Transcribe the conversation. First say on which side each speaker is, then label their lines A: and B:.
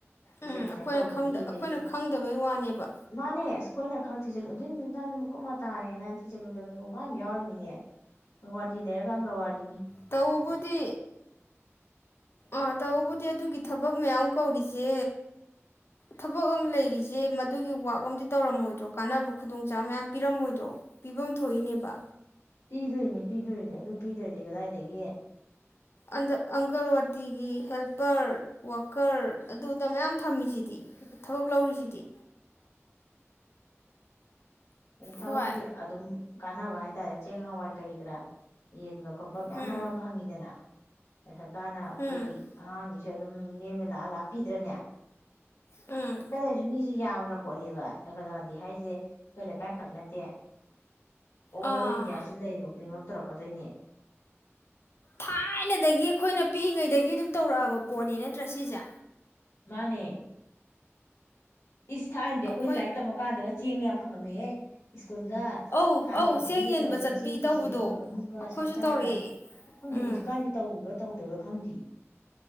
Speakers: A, on the left; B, on the left.
A: ꯄꯖꯕꯤꯤꯊꯛ
B: ꯎꯝ ꯑꯩꯈꯣꯏꯅ
A: ꯇꯧꯕꯒꯤ
B: ꯈꯪꯗ
A: ꯑꯗꯒꯤ
B: ꯑꯩꯈꯣꯏꯅ ꯈꯪꯗꯕꯩ ꯋꯥꯅꯦꯕ
A: ꯃꯥꯅꯦ ꯑ ꯑꯩꯈꯣꯏ ꯈ ꯊꯤꯖꯤꯜꯂꯨ ꯑꯗꯨ ꯗ ꯑꯃꯨꯛꯀꯨꯞ ꯃꯇꯥꯅꯦꯅ ꯊꯤꯖꯤꯜꯂꯨꯗꯕꯁꯨ ꯀꯣꯡꯀ ꯌꯥꯝ ꯌꯥꯎꯔꯤꯃꯤꯅꯦ ꯑꯪꯒꯋꯥꯗꯤ ꯂꯩꯔꯒ ꯑꯪꯒꯋꯥꯗꯤ
B: ꯇꯧꯕꯕꯨꯗꯤ ꯑꯥ ꯇꯧꯕꯕꯨꯗꯤ ꯑꯗꯨꯒꯤ ꯊꯕꯛ ꯃꯌꯥꯝ ꯀꯧꯔꯤꯁꯦ ꯊꯕꯛ ꯑꯃ ꯂꯩꯔꯤꯁꯦ ꯃꯗꯨꯒꯤ ꯋꯥꯛ ꯑꯃꯗꯤꯝ ꯇꯧꯔꯝꯃꯣꯏꯗ꯭ꯔꯣ ꯀꯥꯟꯅꯕ ꯈꯨꯗꯣꯡꯆꯥꯕ ꯃꯌꯥꯝ ꯄꯤꯔꯝꯃꯣꯏꯗ꯭ꯔꯣ ꯄꯤꯐꯝ ꯊꯣꯛꯏꯅꯦꯕ
A: ꯄꯤꯗꯣꯅꯤ ꯄꯤꯗꯣꯅꯤ ꯑꯗꯨ ꯄꯤꯗ꯭ꯔꯗꯤ ꯀꯗꯥꯏꯗꯒꯤ
B: ꯑꯗ ꯑꯪꯀꯜꯋꯥꯇꯤꯒꯤ ꯍꯦꯜꯄꯔ ꯋꯥꯀꯔ ꯑꯗꯨꯗ ꯃꯌꯥꯝ ꯊꯝꯃꯤꯁꯤꯗꯤ ꯊꯕꯛ ꯂꯧꯔꯤꯁꯤꯗꯤ
A: ꯑꯗꯨ ꯊꯕꯛꯇꯤ
B: ꯍꯣꯏ
A: ꯑꯗꯨꯝ ꯀꯥꯟꯅꯕ ꯍꯥꯏꯇꯥꯔꯦ ꯆꯦꯡ-ꯍꯋꯥꯏ ꯀꯔꯤ ꯀꯔꯥ ꯌꯦꯟꯕ ꯈꯣꯠꯄ ꯃꯌꯥꯝ
B: ꯎꯝ
A: ꯌꯥꯝ ꯐꯪꯉꯤꯗꯅ ꯁꯔꯀꯥꯔꯅ ꯑꯩꯈꯣꯏ
B: ꯎꯝ
A: ꯑꯉꯥꯡꯒꯤ ꯑꯗꯨꯝ ꯅꯦꯝꯅ ꯂꯥꯛꯑꯥ ꯂꯥꯛꯑꯥ ꯄꯤꯗ꯭ꯔꯅꯦ
B: ꯎꯝ
A: ꯀꯔꯦꯖꯨ ꯃꯤ ꯁꯤ ꯌꯥꯝꯈ꯭ꯔ ꯄꯣꯠꯅꯤꯕ ꯑꯪꯒꯋꯥꯗꯤ ꯍꯥꯏꯁꯦ ꯑꯈꯣꯏ ꯂꯩꯀꯥꯏ ꯈꯛ ꯅꯇꯦ ꯑꯣꯜ
B: ꯑꯥ
A: ꯏꯟꯗꯤꯌꯥ ꯁꯤ ꯂꯩꯔꯤꯕ ꯄꯨꯝꯅꯃꯛ ꯇꯧꯔꯛꯀꯗꯣꯏꯅꯤ
B: ꯊꯥꯏꯅꯗꯒꯤ ꯑꯩꯈꯣꯏꯅ ꯄꯤꯛꯏꯉꯩꯗꯒꯤ ꯑꯗꯨꯝ ꯇꯧꯔꯛꯑꯕ ꯄꯣꯠꯅꯤ ꯅꯠꯇ꯭ꯔꯥ ꯁꯤꯁꯦ
A: ꯃꯥꯟꯅꯦ ꯏꯁ ꯊꯥꯏꯅꯗꯤ
B: ꯑꯩꯈꯣꯏ
A: ꯑꯩꯈꯣꯏꯁꯦ ꯂꯥꯏꯔꯤꯛ ꯇꯝꯃꯀꯥꯟꯗꯒ ꯆꯦꯡ ꯌꯥꯝ ꯐꯪꯉꯝꯃꯦꯍꯦ ꯀꯨꯜꯗ
B: ꯑꯧ
A: ꯊꯥꯡꯖ
B: ꯑꯧ
A: ꯈꯨꯗꯤꯡꯒꯤ
B: ꯆꯦꯡ ꯌꯦꯟꯕ
A: ꯇꯧꯔꯒ
B: ꯆꯠꯄꯤ
A: ꯆꯦꯡ
B: ꯇꯧꯕꯗꯣ
A: ꯀꯦꯖꯤ ꯑꯍꯨꯝ ꯑꯍꯨꯝꯒ
B: ꯑꯩꯈꯣꯏꯁꯨ
A: ꯁꯔꯀꯥꯔꯅ
B: ꯇꯧꯔꯛꯑꯦ
A: ꯈꯪꯗꯦ
B: ꯎꯝ
A: ꯍꯧꯖꯤꯛꯀꯥꯟꯗꯤ ꯇꯧꯔꯤꯕ ꯇꯧꯗꯕ꯭ꯔ ꯈꯪꯗꯦ